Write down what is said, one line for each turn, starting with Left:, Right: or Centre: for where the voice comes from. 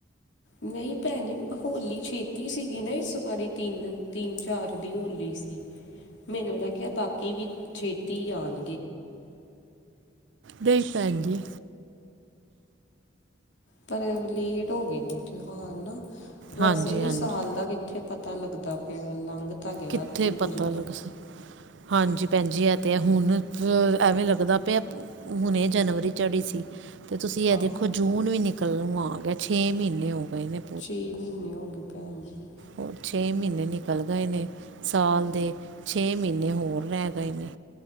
Left: ਨਹੀਂ ਭੈਣਜੀ ਹੋਲੀ ਛੇਤੀ ਸੀਗੀ ਨਾ ਇਸ ਵਾਰੀ ਤਿੰਨ ਤਿੰਨ ਚਾਰ ਦੀ ਹੋਲੀ ਸੀ। ਮੈਨੂੰ ਲੱਗਿਆ ਬਾਕੀ ਵੀ ਛੇਤੀ ਆਣਗੇ।
Right: ਨਹੀਂ ਭੈਣ ਜੀ।
Left: ਪਰ ਲੇਟ ਹੋਗੇ ਨੇ ਤੇਉਹਾਰ ਹਨਾ, ਵੈਸੇ
Right: ਹਾਂਜੀ
Left: ਵੀ
Right: ਹਾਂਜੀ
Left: ਸਾਲ ਦਾ ਕਿਥੇ। ਪਤਾ ਲਗਦਾ ਪਿਆ ਲਂਘ ਤਾ ਗਿਆ
Right: ਕਿੱਥੇ
Left: ਅੱਧੇ ਤੋ
Right: ਪਤਾ
Left: ਜਿਆਦਾ,
Right: ਲੱਗ ਸ ਹਾਂਜੀ ਭੈਣਜੀ ਏ ਤੇ ਹੈ ਹੁਣ ਅ ਐਵੇ ਲਗਦਾ ਪਿਆ ਪ। ਹੁਨੇ ਜਨਵਰੀ ਚੜੀ ਸੀ। ਤੇ ਤੁਸੀ ਏ
Left: ਹਾਂ
Right: ਦੇਖੋ ਜੂਨ ਵੀ ਨਿਕਲਣ ਨੁੰ ਆ ਗਿਆ ਛੇ ਮਹੀਨੇ ਹੋ ਗਏ ਨ।
Left: ਛੇ ਮਹੀਨੇ ਹੋ ਗੇ ਭੈਣਜੀ।
Right: ਹੋਰ ਛੇ ਮਹੀਨੇ ਨਿਕਲ ਗਏ ਨੇ ਸਾਲ ਦੇ ਛੇ ਮਹੀਨੇ ਹੋਰ ਰਹਿ ਗਏ ਨੇ।